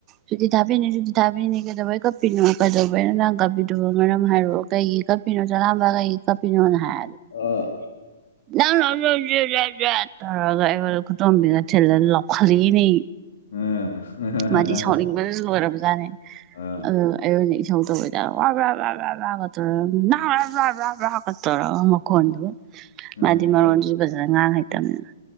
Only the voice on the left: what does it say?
ꯑꯥ
ꯑꯥ
ꯑꯥ
ꯎꯝ